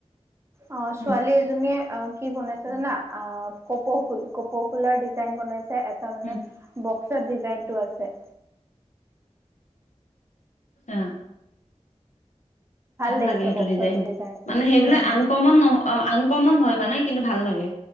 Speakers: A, on the right; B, on the left.
A: অ ছোৱালী
B: উম
A: এজনীয়ে অ কি বনাইছে জানা অ কপৌ ফুল, কপৌ ফুলৰ ডিজাইন বনাইছে এটা মানে
B: উম
A: বক্সত ডিজাইনটো আছে।
B: আহ ভাল
A: লাগিছে
B: লাগে সেইটো
A: বক্সত
B: ডিজাইন,
A: ডিজাইনটো
B: মানে সেইবিলাক
A: উম
B: আনকমন নহ আন কমন হয় মানে কিন্তু ভাল লাগে।